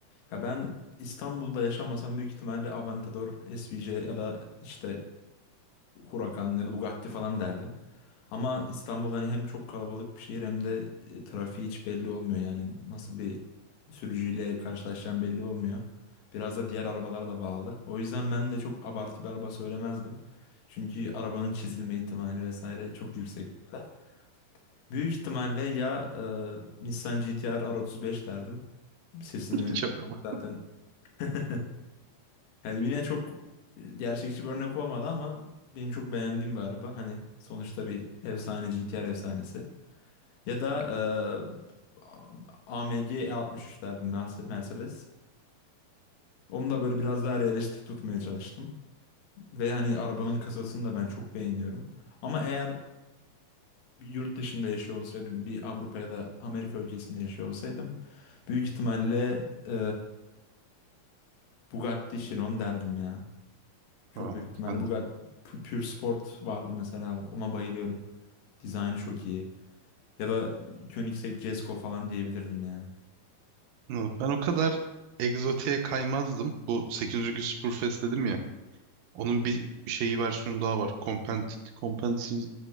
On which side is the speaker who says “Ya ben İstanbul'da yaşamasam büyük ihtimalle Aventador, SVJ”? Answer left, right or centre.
Left